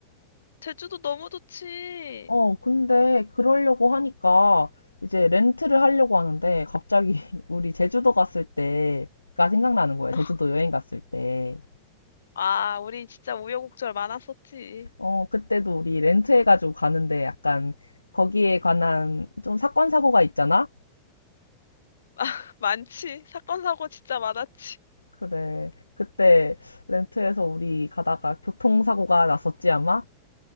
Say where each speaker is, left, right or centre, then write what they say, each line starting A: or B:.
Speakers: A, on the left; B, on the left.
A: 제주도 너무 좋지.
B: 어, 근데 그러려고 하니까 이제 렌트를 하려고 하는데 갑자기 <laughs> 우리 제주도 갔을 때가 생각나는 거야.
A: <laughs>
B: 제주도 여행 갔을 때.
A: 아, 우리 진짜 우여곡절 많았었지.
B: 어, 그때도 우리 렌트해가지고 가는데 약간 거기에 관한 좀 사건, 사고가 있잖아?
A: <laughs> 많지. 사건, 사고 진짜 많았지.
B: 그래. 그때 렌트해서 우리 가다가 교통사고가 났었지, 아마?